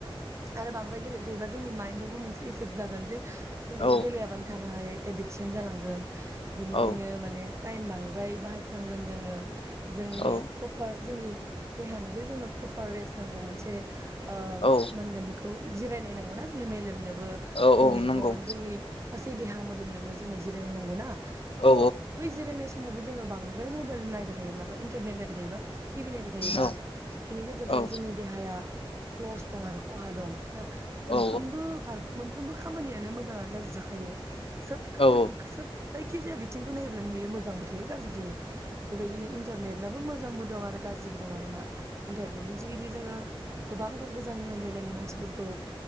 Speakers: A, on the right; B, on the left.
A: आरो बांद्राय गेलेबाय थायोबा जोंनि माइन्डआवबो मोनसे इफेक्ट जागोन जे जों बेखौ
B: औ
A: गेलेयाबानो थान नो हायै एदिकसन जालांगोन। बिनिखायनो
B: औ
A: माने टाइम बांद्राय बाहायफ्लांगोन जोङो जोंनि
B: औ
A: प्रपार जोंनि देहानो जे जोंनो प्रपार रेस्ट नांगौ मोनसे ओ
B: औ
A: मा होनगोन बेखौ जिरायनाय नांगौना मेलेमनो- बो
B: औ
A: जोंनि
B: औ
A: मेगन
B: नंगौ
A: जोंनि गासै देहा मोदोमनोबो जोंनो जिरायनाय नांगौना।
B: औ
A: त बै जिरायनाय समा- समावबो जों बांद्राय मबाइल नायबाय थायोब्लाबो इनटारनेट नायबाय टि भि नायबाय थायोबा
B: औ
A: बेनि गेजेरजों
B: औ
A: जोंनि देहाया लस दं आरो खहा दं । मोनफ्रोमबो
B: औ
A: मोनफ्रोमबो खामानियानो मोजां आरो गाज्रि थाखायो। सोब खामानि
B: औ
A: सोब जायखिजाया बिथिंखौ नायोब्ला नुयो मोजांबो थायो गाज्रिबो थायो। बेबायदिनो <unintelligible> मोजांबो दं आरो गाज्रिबो दं आरोना। इन्टारनेटनि जुगिदि जोङो गोबांथार गोजान गोजान जायगानि मानसिफोरखौ